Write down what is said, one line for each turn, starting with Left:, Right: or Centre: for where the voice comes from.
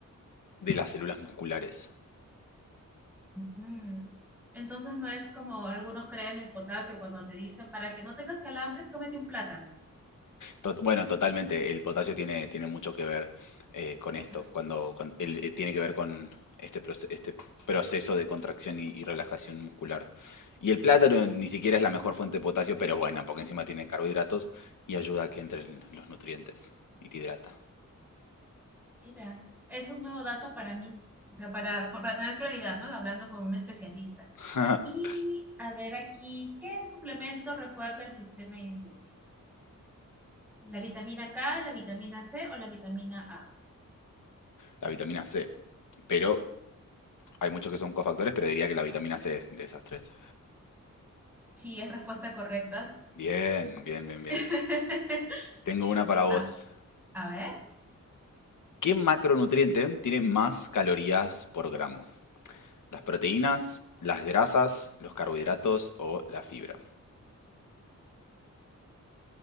Left: de las células musculares.
Centre: Ujú. Entonces no es como algunos creen el potasio cuando te dicen, para que no tengas calambres, cómete un plátano.
Left: To- Bueno, totalmente. El potasio tiene, tiene mucho que ver eh, con esto,
Centre: Ah,
Left: cuando, cuan- el- eh, tiene que ver con este, proce- este proceso de contracción y, y relajación muscular. Y el plátano ni siquiera es la mejor fuente de potasio, pero es buena, porque encima tiene carbohidratos y ayuda a que entren los nutrientes y te hidrata.
Centre: mira, es un nuevo dato para mí. O sea, para, para tener claridad, ¿no? Hablando con un especialista.
Left: <laughs>
Centre: Y a ver aquí, ¿qué suplemento refuerza el sistema inmune? ¿La vitamina K, la vitamina C o la vitamina A?
Left: La vitamina C, pero hay muchos que son cofactores, pero diría que la vitamina C de esas tres.
Centre: Sí, es respuesta correcta.
Left: Bien, bien, bien, bien.
Centre: <laughs>
Left: Tengo una para vos.
Centre: A A ver.
Left: ¿Qué macronutriente tiene más calorías por gramo? Las proteínas, las grasas, los carbohidratos o la fibra.